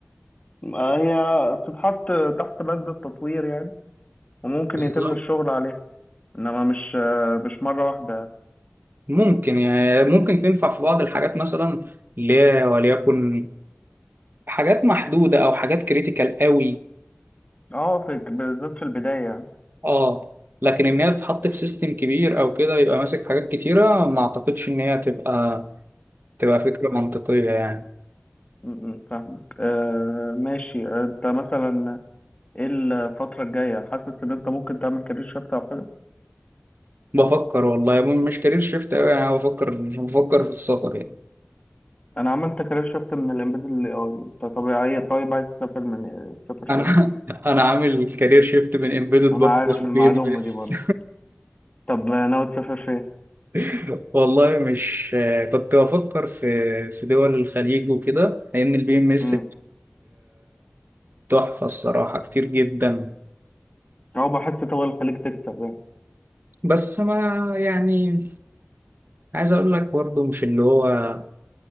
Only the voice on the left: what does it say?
آه، هي تتحط تحت بند التطوير يعني وممكن
يتم الشغل عليها إنما مش آه، مش مرة واحدة يعني
أه في بالذات في البداية يعني
م- م، فاهمك آه ماشي انت مثلا ايه الفترة الجاية حاسس ان انت ممكن تعمل كارير شيفت او حاجة
انا عملت كارير شيفت من الامبيدد للاي اي انت طبيعي طيب عايز تسافر من تسافر
فين
انا
عارف
المعلومة
دي برضه طب ناوي تسافر فين
امم
او بحس طول الخليج تكسب يعني